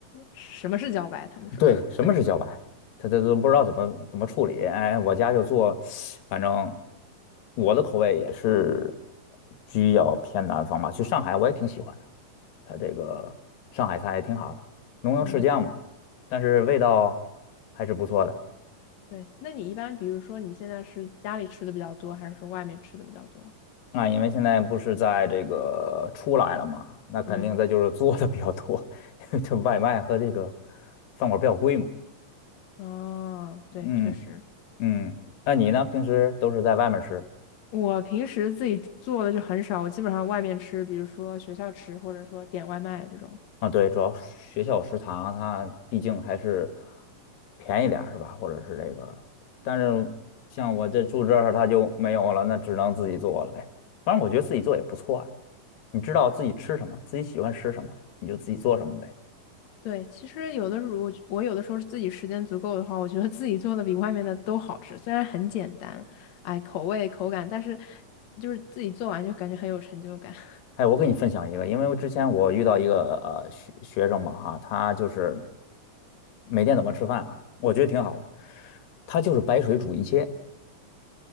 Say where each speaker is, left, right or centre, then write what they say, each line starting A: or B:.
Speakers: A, on the left (about 65°); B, on the left (about 85°).
A: 什么是茭白？他们说。
B: 对，
A: <laughs>
B: 什么是茭白？他他都不知道怎么怎么处理。哎，我家就做，反正我的口味也是比较偏南方吧。去上海我也挺喜欢的，它这个上海菜也挺好的，浓油赤酱嘛，
A: 嗯，
B: 但是味道还是不错的。
A: 对。那你一般，比如说你现在是家里吃的比较多，还是说外面吃的比较多？
B: 那因为现在不是在这个出来了嘛，那肯定它就是做的比较多，
A: 嗯，
B: <laughs> 因为这外卖和这个饭馆比较贵嘛。
A: 哦，对，
B: 嗯
A: 确实。
B: 嗯，那你呢？平时都是在外面吃？
A: 我平时自己做的就很少，我基本上外面吃，比如说学校吃，或者说点外卖这种。
B: 啊，对，主要学校食堂它毕竟还是便宜点儿是吧？或者是这个，但是像我这住这儿它就没有了，那只能自己做了呗。反正我觉得自己做也不错啊，你知道自己吃什么，自己喜欢吃什么，你就自己做什么呗。
A: 对，其实有的时候我我有的时候是自己时间足够的话，我觉得自己做的比外面的都好吃，虽然很简单，哎，口味口感，但是就是自己做完就感觉很有成就感。<laughs>
B: 哎，我给你分享一个，因为我之前我遇到一个呃学学生嘛哈，他就是每天怎么吃饭啊，我觉得挺好的，他就是白水煮一切。